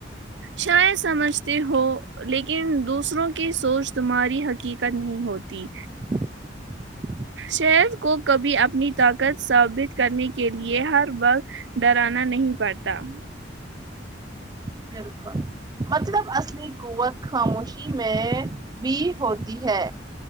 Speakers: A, on the right; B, on the right.
A: شاید سمجھتے ہو لیکن دوسروں کی سوچ تمہاری حقیقت نہیں ہوتی
B: <inaudible>
A: شیر کو کبھی اپنی طاقت ثابت کرنے کے لیے ہر وقت ڈرانا نہیں پڑتا
B: نہیں روکا مطلب اصلی قوت خاموشی میں بھی ہوتی ہے